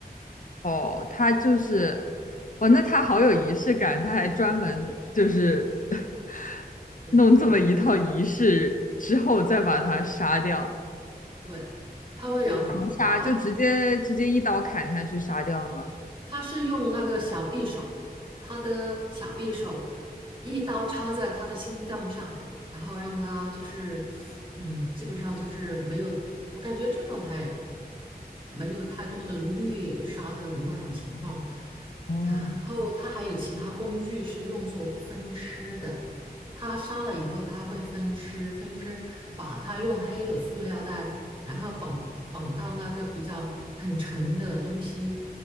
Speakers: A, on the left; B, on the right.
A: 哦，他就是，哦，那他好有仪式感，他还专门就是 <laughs>
B: 对
A: 弄这么一套仪式之后再把他杀掉。
B: 对，他会让他
A: 他是怎么杀？就直接直接一刀砍下去杀掉吗？
B: 他是用那个小匕首，他的小匕首一刀插在他的心脏上，然后让他就是，嗯，基本上就是没有，我感觉这种还没有太多的虐杀的那种情况。
A: 哦，
B: 然后他还有其他工具是用作分尸的，他杀了以后他会分尸，分尸把他用黑的塑料袋，然后绑绑到那个比较很沉的东西。